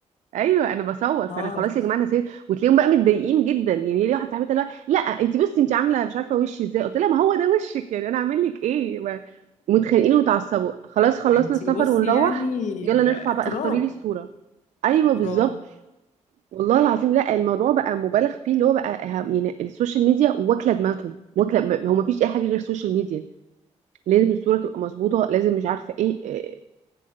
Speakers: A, on the right; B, on the left.
A: ايوه انا بصور فانا
B: آه،
A: خلاص يا جماعه انا نسيت وتلاقيهم بقى متضايقين جدا يعني ليه واحده صاحبتي اللي هو لا انت بصي انت عامله مش عارفه وشي ازاي قلت لها ما هو ده وشك يعني انا اعمل لك ايه ما- متخانقين ومتعصبوا خلاص خلصنا
B: أنتِ
A: السفر
B: بُصّي
A: ونروح
B: يعني
A: يلا نرفع
B: آه،
A: بقى
B: تراب،
A: اختاري لي الصوره ايوه بالظبط
B: تراب.
A: والله العظيم لا الموضوع بقى مبالغ فيه اللي هو بقى ه- يعني السوشيال ميديا واكله دماغهم واكله ب- هو ما فيش اي حاجه غير السوشيال ميديا لازم الصوره تبقى مظبوطه لازم مش عارفه ايه إيه.